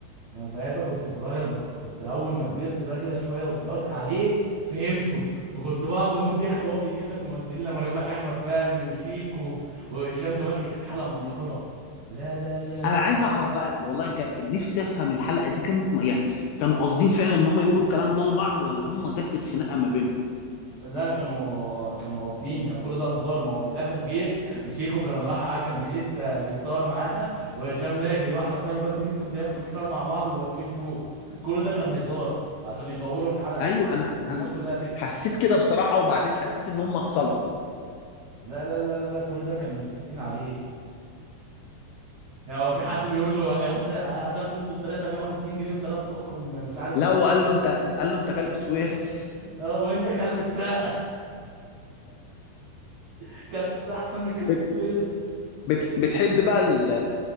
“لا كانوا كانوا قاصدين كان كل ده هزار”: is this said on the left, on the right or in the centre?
Right